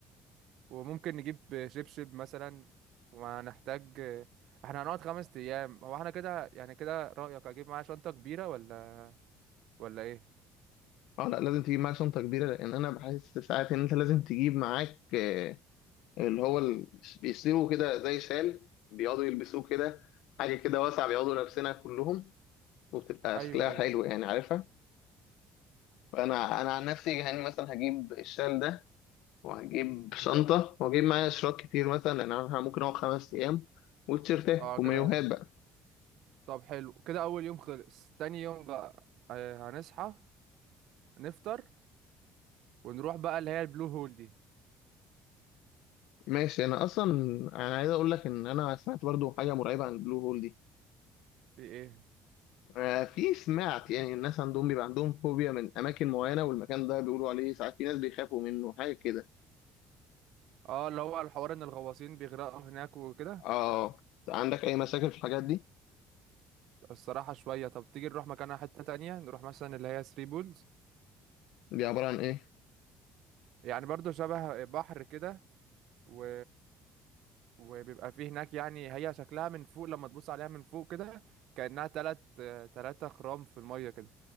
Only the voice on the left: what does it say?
اه لا لازم تجيب معاك شنطه كبيره لان انا بحس ساعات ان انت لازم تجيب معاك آه، اللي هو ال- بيصيروا كده زي شال بيقعدوا يلبسوه كده حاجه كده واسعه بيقعدوا لابسينها كلهم وبتبقى
شكلها
حلو يعني عارفها فانا انا عن نفسي يعني مثلا هجيب الشال ده وهجيب شنطه وهجيب معايا اشراك كتير مثلا لان انا ممكن اقعد خمس ايام وتيشيرتات
ومايوهات
بقى
ماشي انا اصلا انا عايز اقول لك ان انا سمعت برضو حاجه مرعبه عن البلو هول دي
آه، في سمعت يعني الناس عندهم بيبقى عندهم فوبيا من اماكن معينه والمكان ده بيقولوا عليه ساعات في ناس بيخافوا منه حاجه كده
اه عندك اي مشاكل في الحاجات دي
دي عباره عن ايه